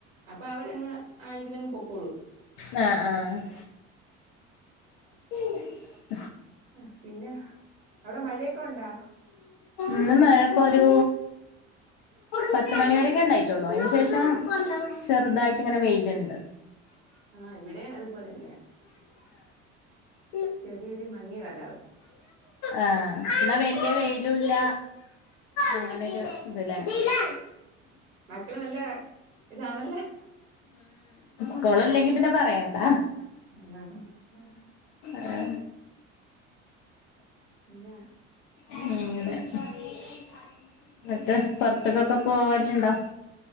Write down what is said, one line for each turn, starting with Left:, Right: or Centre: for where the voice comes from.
Right: അപ്പൊ അവരങ്ങ് ആ ഇതിലങ്ങ് പൊക്കോളും.
Left: ആ ആ <unintelligible>
Right: അ പിന്നെ അവിടെ മഴയൊക്കെ ഉണ്ടാ
Left: ഇന്നും മഴ ഇപ്പോ ഒരു പത്തുമണി വരൊക്കെ ഉണ്ടായിട്ടുള്ളൂ. അതിന് ശേഷം ചെറുതായിട്ട് ഇങ്ങനെ വെയിലുണ്ട്.
Right: ആ ഇവിടേം അതുപോലെ തന്നെയാ
Left: ആ
Right: ചെറിയൊരു മങ്ങിയ കാലാവ
Left: ആ എന്നാ വ ല്യ വെയിലൂല്ല അങ്ങനെരു ഇത് ല്ലേ
Right: മക്കള് നല്ല ഇതാണല്ലോ
Left: ആസ്കൂളല്ലെങ്കി പിന്നെ പ പറയണ്ട
Right: അങ്ങാ ആ
Left: ആ
Right: പിന്നെ
Left: അങ്ങനെ എന്നിട്ട് പുറത്തക്കൊക്കെ പോവലുണ്ടോ.